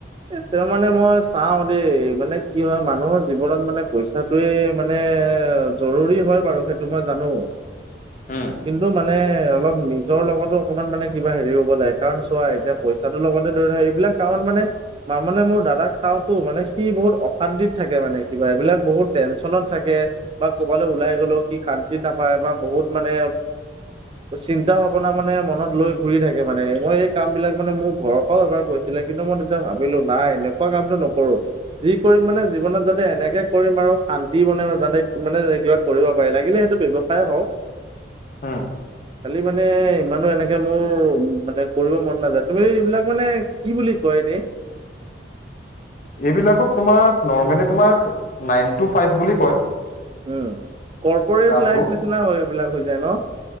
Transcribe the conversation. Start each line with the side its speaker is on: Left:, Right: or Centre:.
Right: এ তেওঁ মানে মই চাওঁ দেই মানে কি হয় মানুহৰ জীৱনত মানে পইচাটোয়ে মানে জৰুৰী হয় বাৰু সেইটো মই জানু। <unintelligible>
Left: উম
Right: কিন্তু মান মানে অলপ নিজৰ লগতো অকমান মানে কিবা হেৰি হ'ব লাগে কাৰণ চোৱা এতিয়া পইচাটোৰ লগতে ধৰা এই বিলাক কাৰণ মানে-মানে মোৰ দাদাক চাও টো মানে সি বহুত অশান্তিত থাকে মানে কিবা। এইবিলাক বহুত টেনশনত থাকে বা ক'বালৈ ওলাই গ'লেও সি শান্তি নাপায় বা বহুত মানে চিন্তা ভাৱনা মানে মনত লৈ ঘুৰি থাকে মানে। মই এই কাম বিলাক মানে মোৰ ঘৰৰ পৰাও এবাৰ কৈছিলো কিন্তু মই তেতিয়া ভাবিলো নাই এনেকুৱা কামটো নকৰো। যি কৰিম মানে জীৱনত যাতে এনেকে কৰিম আৰু শান্তি <unintelligible> যানে মানে কিবা কৰিব পাৰি লাগিলে লে সেইটো ব্যৱসায় হওক।
Left: উম।
Right: খালি মানে ইমানো এনেকে মোৰ মানে কৰিব মন নাযায়। তুমি এইবিলাক মানে কি বুলি কয় <unintelligible>
Left: এইবিলাকক তোমাৰ নৰ্মেলি তোমাক নাইন টু ফাইভ বুলি কয়।
Right: উম, কৰ্পৰেট
Left: কামটো
Right: লাইফ নিচিনা হয় এইবিলাক হৈ যায় ন।